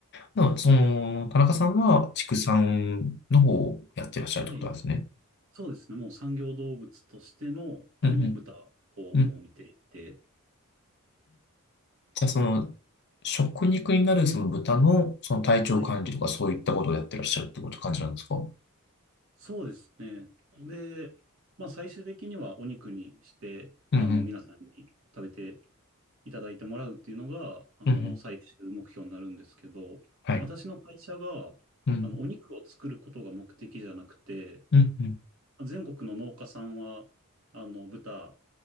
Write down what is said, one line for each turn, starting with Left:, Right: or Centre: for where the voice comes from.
Left: でも、その、田中さんは畜産の方をやってらっしゃるってことなんですね。
Right: はい。そうですね。もう産業動物としての、あの、
Left: うん
Right: 豚をもう見ていて。
Left: うん。うん。じゃあ、その、
Right: あら、
Left: 食肉になるその豚のその体調管理とかそういったことをやってらっしゃるってこと感じなんですかうん
Right: はい。はい。そうですね。で、まあ、最終的にはお肉にして、
Left: うん。
Right: あの、皆さんに食べていただいてもらうっていうのが、あの、
Left: うんうん。
Right: 最終目標になるんですけど、
Left: はい。
Right: 私の会社が、
Left: うん。
Right: あの、お肉を作ることが目的じゃなくて、
Left: うんうん。
Right: 全国の農家さんは、あの、豚